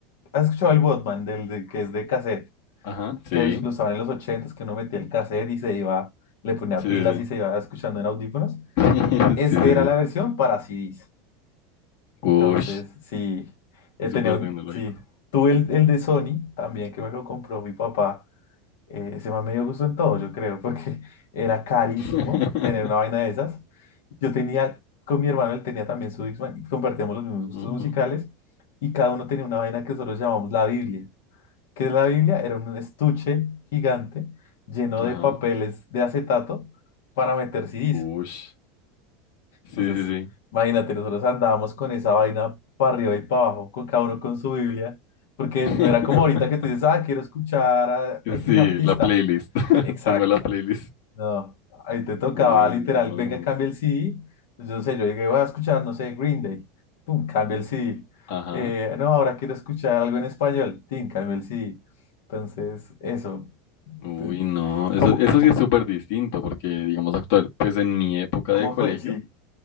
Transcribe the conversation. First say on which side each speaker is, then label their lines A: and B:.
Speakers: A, on the left; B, on the left.
A: ¿has escuchado el Walkman del de- que es de cassette?
B: Ajá, sí,
A: Que es- lo usaban en los ochentas, que uno metía el cassette y se iba, le ponía
B: sí,
A: pilas
B: sí, sí.
A: y se iba escuchando en audífonos.
B: <laughs> Sí,
A: Este
B: sí, sí.
A: era la versión para CDs.
B: Uy,
A: Entonces, sí, eh, tenía
B: súper
A: un,
B: tecnológico.
A: sí, tuve el, el de Sony también que me lo compró mi papá Eh, ese man me dio gusto en todo, yo creo, porque <laughs> era carísimo
B: <laughs>
A: tener una vaina de esas. Yo tenía, con mi hermano, él tenía también su Discman, y compartíamos los mismos gustos
B: Ujú,
A: musicales, y cada uno tenía una vaina que nosotros llamamos la Biblia. ¿Qué es la Biblia? Era un estuche gigante lleno
B: Ajá.
A: de papeles de acetato para meter CDs.
B: Uy, sí, sí,
A: Entonces,
B: sí.
A: imagínate, nosotros andábamos con esa vaina para arriba y para abajo, con cada uno con su Biblia, porque
B: <laughs>
A: no era como ahorita que te dices, ah, quiero escuchar a X
B: Sí,
A: artista.
B: la playlist. <laughs>
A: Exacto.
B: Tengo la playlist.
A: No, ahí te tocaba
B: Uy,
A: literal,
B: no.
A: venga, cambia el CD. Pues yo no sé, yo llegué voy a escuchar, no sé, Green Day. Pum, cambia el CD.
B: Ajá.
A: Eh, no, ahora quiero escuchar algo en español. Tin, cambia el CD. Entonces, eso.
B: Uy,
A: Te-
B: no, eso,
A: ¿Cómo,
B: eso sí es súper distinto porque, digamos, actual, pues en mi época
A: cómo
B: de colegio,
A: fue? Sí.